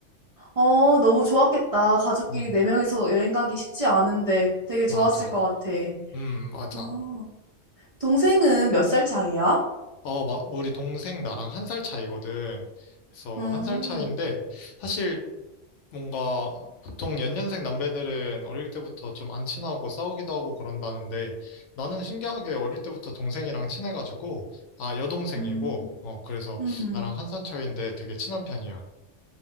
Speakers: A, on the right; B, on the left.
A: 어, 너무 좋았겠다. 가족끼리
B: 음,
A: 네 명이서 여행 가기 쉽지 않은데 되게 좋았을
B: 맞아.
A: 것 같아.
B: 음, 맞아.
A: 어, 동생은 몇 살 차이야?
B: 어, 마, 우리 동생 나랑 한 살 차이거든. 그래서
A: 음,
B: 한 살 차이인데 사실 뭔가 보통 연년생 남배들은 어릴 때부터 좀 안 친하고 싸우기도 하고 그런다는데 나는 신기하게 어릴 때부터 동생이랑 친해가지고 아 여동생이고
A: 음,
B: 어 그래서
A: 음.
B: 나랑 한 살 차이인데 되게 친한 편이야.